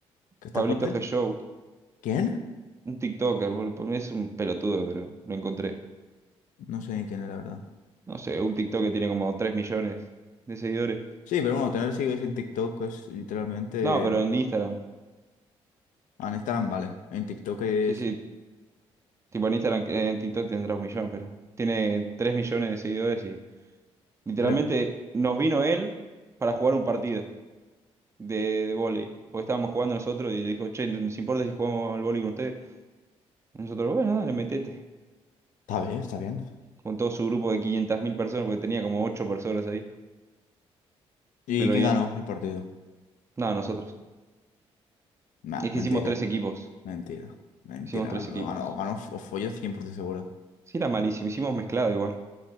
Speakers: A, on the left; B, on the right.
A: que te
B: Pablito
A: acuerdes?
B: G. Show,
A: ¿Quién?
B: un TikToker, boludo, por mí es un pelotudo, pero lo encontré.
A: No sé ni quién es, la verdad.
B: No sé, un TikTok que tiene como 3 millones de seguidores.
A: Sí, pero bueno, tener seguidores en TikTok es literalmente...
B: No, pero en Instagram.
A: Ah, en Instagram, vale. En TikTok es...
B: Sí, sí, tipo en Instagram, que en TikTok tendrá un millón, pero tiene 3 millones de seguidores y literalmente
A: Pero...
B: nos vino él para jugar un partido de, de vóley. Porque estábamos jugando nosotros y le dijo, che, ¿nos importa si jugamos al vóley con ustedes? Y nosotros, bueno, dale, metete.
A: Está bien, está bien.
B: Con todo su grupo de 500.000 personas, porque tenía como 8 personas ahí.
A: ¿Y
B: Pero
A: quién
B: bien.
A: ganó el partido?
B: No, nosotros.
A: Nah,
B: Es que
A: mentira,
B: hicimos tres equipos.
A: mentira, mentira.
B: Hicimos tres
A: Ganó,
B: equipos.
A: ganó, ganó F- Follo 100% seguro.
B: Sí, era malísimo. Hicimos mezclado igual.